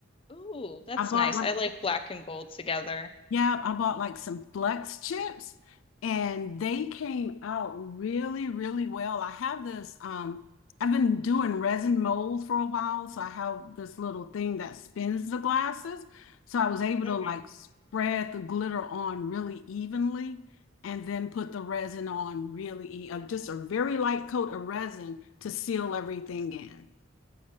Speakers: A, on the left (about 30°); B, on the left (about 85°).
A: Ooh, that's
B: I bought
A: nice.
B: like,
A: I like black and gold together.
B: yeah, I bought like some flex chips and they came out really, really well. I have this, um, I've been doing resin mold for a while, so I have this little thing that spins the glasses. So I was able
A: hmm
B: to like spread the glitter on really evenly and then put the resin on really, e- uh, just a very light coat of resin to seal everything in.